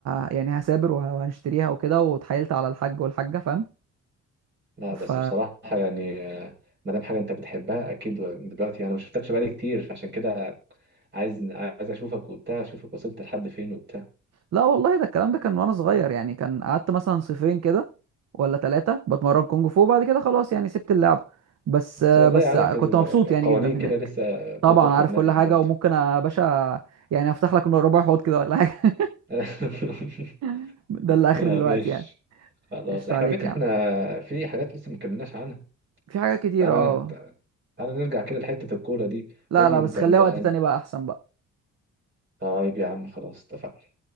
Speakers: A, on the right; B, on the right.
A: ه... يعني هسابر وه- وهنشتريها وكده واتحايلت على الحاج والحاجه فاهم
B: لا
A: ف
B: بس بصراحة يعني آه، ما دام حاجة أنت بتحبها أكيد دلوقتي أنا ما شفتكش بقالي كتير فعشان كده عايز عايز أشوفك وبتاع أشوفك وصلت لحد فين وبتاع
A: لا والله ده الكلام ده كان وانا صغير يعني كان قعدت مثلا صيفين كده ولا ثلاثة بتمرن كونج فو بعد كده خلاص يعني سبت اللعب بس
B: بس
A: بس
B: والله عارف
A: كنت
B: ال-
A: مبسوط
B: القوانين
A: يعني جدا هناك
B: كده لسه بتفضل
A: طبعا
B: في
A: عارف
B: دماغك
A: كل حاجة
B: برضه
A: وممكن يا باشا يعني افتح لك ربع حوض كده ولا حاجة
B: <laughs>
A: <laughs> ده
B: لا
A: اللي اخري دلوقتي
B: ماشي
A: يعني
B: خلاص
A: قشطة
B: احنا
A: عليك
B: فكرة
A: يا
B: احنا
A: عم
B: في حاجات لسه ما اتكلمناش عنها
A: في حاجات
B: بس
A: كتير
B: تعالى
A: اه
B: ن... تعالى نرجع كده لحتة الكورة دي
A: لا
B: قول
A: لا
B: لي انت
A: بس
B: انت
A: خليها
B: أنت-
A: وقت تاني بقى احسن بقى
B: طيب يا عم خلاص اتفقنا